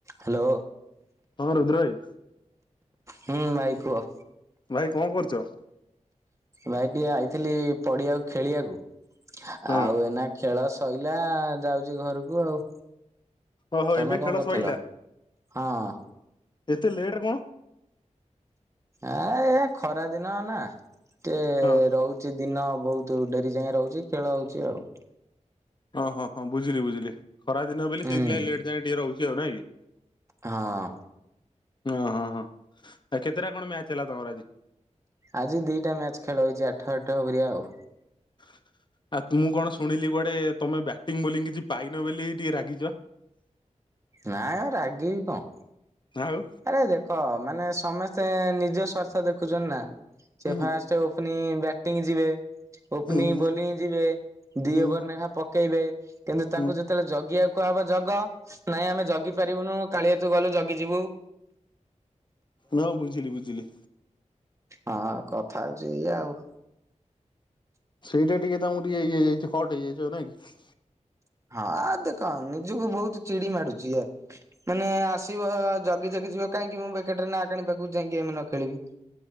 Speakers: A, on the right; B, on the left.
A: ହାଲୋ।
B: ହଁ ରୁଦ୍ରୟ।
A: ହଁ ଭାଇ କୁହ।
B: ଭାଇ କଣ କରୁଛ?
A: ଭାଇ ଟିକେ ଆଇଥିଲି ପଡିଆକୁ ଖେଳିବାକୁ।
B: ହଁ
A: ଆଉ ଏନା ଖେଳ ସ ଶଇଲା ଯାଉଛି ଘରକୁ ଆଉ।
B: ଓହୋ
A: ତମେ
B: ଏବେ
A: କଣ
B: ଖେଳ
A: କରୁଥିଲ?
B: ସଇଲା।
A: ହଁ
B: ଏତେ ଲେଟେ କଣ
A: ଏ ଏ ଖରା ଦିନ ନା ଟିକେ
B: ହଁ
A: ରହୁ ଛି ଦିନ ବହୁତ ଡେରି ଯାଏଁ ରହୁଛି। ଖେଳ ହଉଛି ଆଉ।
B: ଅ ହ ହଁ ବୁଝିଲି ବୁଝିଲି। ଖରା ଦିନ ବୋଲି
A: ହୁଁ
B: ସେଇଥି ଲାଗି ଲେଟ୍ ଯାଏଁ ଟିକେ ରହୁଛି ଆଉ ନାଇଁ କି?
A: ହଁ।
B: ଅଁ ହଁ ହଁ ଆ କେତେରା ଖଣ୍ଡେ ମ୍ୟାଚେ ହେଲା ତମର ଆଜି।
A: ଆଜି ଦିଟା ମ୍ୟାଚ୍ ଖେଳ ହେଇଚି। ଆଠ ଆଠ ପରିଆ ଆଉ।
B: <inaudible> ଆତ୍ ମୁଁ କଣ ଶୁଣିଲି କୁଆଡେ ତମେ ବ୍ୟାଟିଂ ବୋଲିଂ କିଛି ପାଇନ ବୋଲି ଏଟି ରାଗିଚ। <inaudible>
A: ନାଏ ରାଗିବି କଁ।
B: ଆଉ।
A: ଆରେ ଦେଖ ମାନେ ସମେସ୍ତେ ନିଜ ସ୍ଵାର୍ଥ ଦେଖୁଛନ୍ତି ନା। ଚେ
B: ହୁଁ
A: ଫାଷ୍ଟ୍ ଉପ୍ନି ବ୍ୟାଟିଙ୍ଗ୍ ଯିବେ। ଓପ୍ନିଙ୍ଗ୍
B: ହୁଁ
A: ବୋଲିଂ
B: ହୁଁ
A: ଯିବେ। ଦି
B: ହୁଁ
A: ଓଭର୍ ନେଖାଁ ପକେଇବେ। କିନ୍ତୁ ତାଙ୍କୁ
B: ହୁଁ।
A: ଯେତେବେଳେ ଜଗିଆକୁ କୁଆହବ ଜଗ। ନାଇଁ ଆମେ ଜଗି ପାରିବୁନୁ। କାଳିଆ ତୁ ଗଲୁ ଜଗିଯିବୁ।
B: ନୁଅଁ ବୁଜିଲି ବୁଜିଲି।
A: ହାଁ କଥା ହେଉଛି ଇଆଉ।
B: ସେଇଟା ଟିକେ ତମର ଟିକେ ଇଯାଇଛି। ହଟ ହେଇଯାଇଛ ନାଇ କି।
A: ହଁ ଆଉ ଦେଖ ନିଜକୁ ବହୁତ ଚିଡି ମାଡୁଛି। ଆୟ ମାନେ ଆସିବ। ଜଗି ଜଗି ଯିବ କାଇଁକି ମୁଁ ବେକାର ଟାରେ ନା କାଣିି ବାଖକୁ ଯାଇକି ଆମେ ନ ଖେଳିବି।